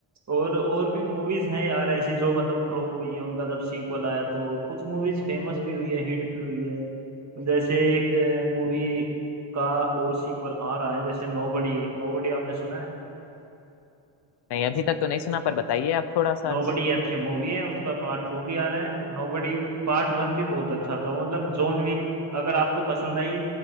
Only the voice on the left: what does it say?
नहीं अभी तक तो नहीं सुना पर बताइए आप थोड़ा सा
अंश